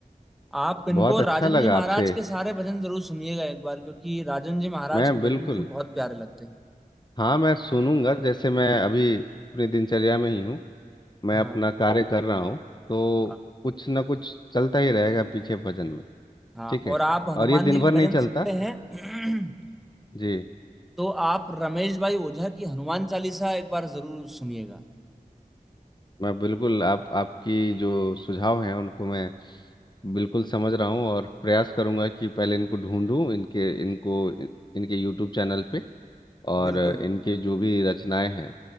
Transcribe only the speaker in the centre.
आप इनको
राजन
जी महाराज
के सारे भजन जरूर सुनिएगा एक बार क्योंकि राजन जी महाराज
के
भजन मुझे बहुत प्यारे लगते हैं
हाँ
हाँ।
हाँ
और
आप हनुमान
जी
के
भजन
सुनते हैं <clears throat>
तो आप रमेश भाई ओझा की हनुमान चालीसा एक बार जरूर सुनिएगा
बिल्कुल
बिल्कुल